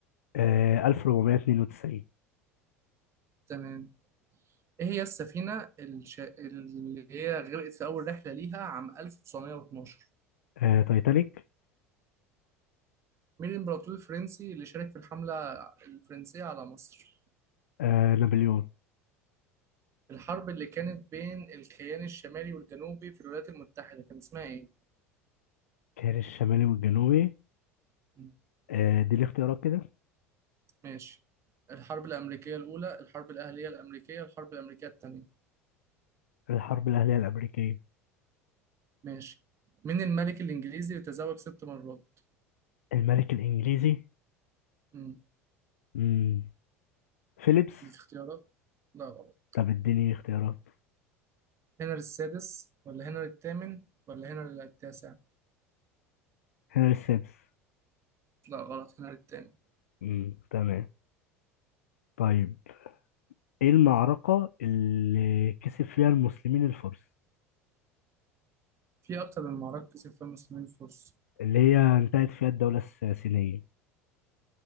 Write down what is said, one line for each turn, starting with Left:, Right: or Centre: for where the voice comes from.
Left: آه 1492
Right: تمام إيه هي السفينة الش... اللي هي غرقت في أول رحلة ليها عام 1912
Left: آه تايتانيك
Right: مين الإمبراطور الفرنسي اللي شارك في الحملة الفرنسية على مصر؟
Left: آه نابليون
Right: الحرب اللي كانت بين الكيان الشمالي والجنوبي في الولايات المتحدة كان اسمها إيه؟
Left: كان الشمالي والجنوبي
Right: مم.
Left: آه اديني اختيارات كده
Right: ماشي الحرب الأمريكية الأولى، الحرب الأهلية الأمريكية، الحرب الأمريكية التانية
Left: الحرب الأهلية الأمريكية
Right: ماشي مين الملك الإنجليزي اللي تزوج ست مرات؟
Left: الملك الإنجليزي
Right: مم.
Left: مم. فيليبس
Right: دي اختيارات؟ لا غلط
Left: طب اديني اختيارات
Right: هنري السادس ولا هنري الثامن ولا هنري التاسع؟
Left: هنري السادس
Right: لا غلط هنري الثامن
Left: امم تمام طيب ايه المعركة اللي كسب فيها المسلمين الفرس
Right: في أكتر من معركة كسب فيها المسلمين الفرس
Left: اللي هي انتهت فيها الدولة الساسانية